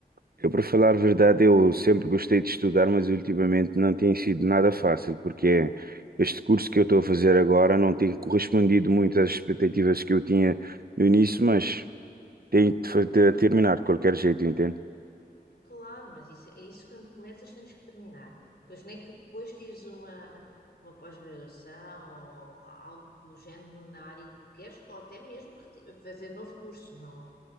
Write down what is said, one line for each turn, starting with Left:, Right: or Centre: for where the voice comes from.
Right: Eu, para falar a verdade, eu sempre gostei de estudar, mas ultimamente não tem sido nada fácil, porque é, este curso que eu estou a fazer agora não tem correspondido muito às expectativas que eu tinha no início, mas tenho de fa- de terminar de qualquer jeito, entende?
Left: Claro, mas isso, é isso quando começas tens que terminar. Pois nem que depois tires uma, uma pós-graduação ou algo do género na área que tu queres, ou até mesmo reti- fazer novo curso, não,